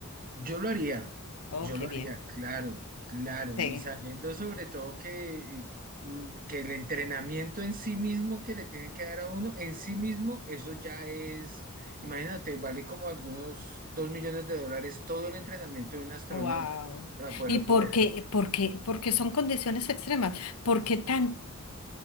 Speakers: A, on the right; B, on the left.
A: Yo lo haría,
B: Oh,
A: yo
B: qué
A: lo
B: bien.
A: haría, claro, claro,
B: Sí.
A: y sabiendo sobre todo que, mm, que el entrenamiento en sí mismo que le tienen que dar a uno, en sí mismo, eso ya es, imagínate, vale como algunos dos millones de dólares todo el entrenamiento de un astronauta
B: Wow.
A: para poderlo
B: ¿Y por
A: poner.
B: qué, por qué, por qué son condiciones extremas? ¿Por qué tan,